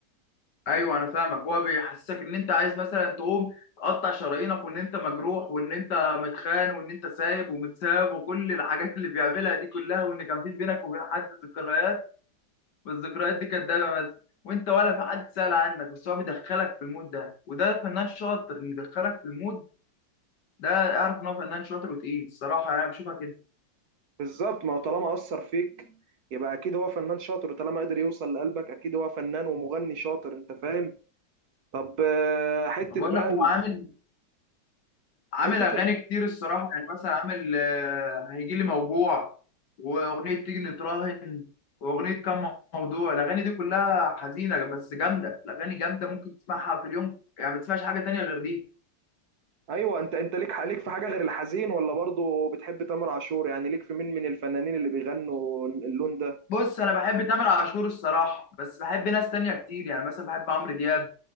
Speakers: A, on the left; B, on the right.
A: ايوه انا فاهمك هو بيحسسك ان انت عايز مثلا تقوم تقطع شرايينك وان انت مجروح وان انت متخان وان انت سايب ومتساب وكل الحاجات اللي بيعملها دي كلها وان كان في بينك وبين حد ذكريات والذكريات دي كدابه بس وانت ولا في حد سأل عنك بس هو بيدخلك في المود ده وده فنان شاطر ان يدخلك في المود ده اعرف ان هو فنان شاطر وتقيل الصراحه يعني انا بشوفها كده
B: بالظبط ما هو طالما اثر فيك يبقى اكيد هو فنان شاطر وطالما قدر يوصل لقلبك اكيد هو فنان ومغني شاطر انت فاهم طب آه، حته
A: أنا بقول
B: بقى
A: لك هو
B: ال-
A: عامل عامل
B: حته
A: اغاني كتير الصراحه يعني مثلا عامل آه، هيجي لي موجوع واغنيه تيجي نتراهن واغنيه كم موضوع الاغاني دي كلها حزينه بس جامده الاغاني جامده ممكن تسمعها في اليوم يعني ما تسمعش حاجه تانية غير دي
B: ايوه انت انت ليك ليك في حاجه غير الحزين ولا برضو بتحب تامر عاشور يعني ليك في مين من الفنانين اللي بيغنوا اللون ده
A: بص انا بحب تامر عاشور الصراحه بس بحب ناس تانية كتير يعني مثلا بحب عمرو دياب